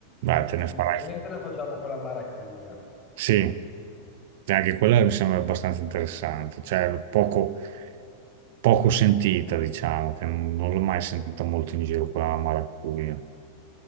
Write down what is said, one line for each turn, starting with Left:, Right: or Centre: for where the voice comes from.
Right: Beh, te ne
Left: Inizialmente
Right: farai.
Left: la facciamo con la maracuja.
Right: Sì, E anche quella mi sembra abbastanza interessante, cioè poco, poco sentita, diciamo, che non, non l'ho mai sentita
Left: Sì.
Right: molto in giro, quella alla maracuja.